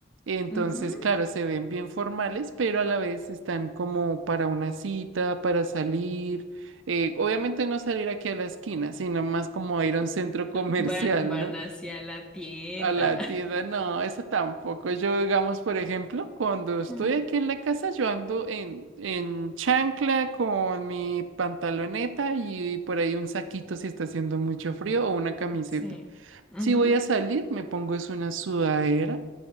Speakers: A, on the right; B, in the centre.
A: Entonces,
B: ujú.
A: claro, se ven bien formales, pero a la vez están como para una cita, para salir. Eh, obviamente no salir aquí a la esquina, sino más como ir a un centro <laughs> comercial,
B: Van, van
A: ¿no?
B: hacia la tienda.
A: A la
B: <laughs>
A: tienda, no, eso tampoco. Yo, digamos, por ejemplo, cuando estoy
B: Mm,
A: aquí en la casa, yo ando en, en chancla con mi pantaloneta y por ahí un saquito si está haciendo mucho frío o una camiseta.
B: Sí. Ujú,
A: Si voy a salir, me pongo es una sudadera.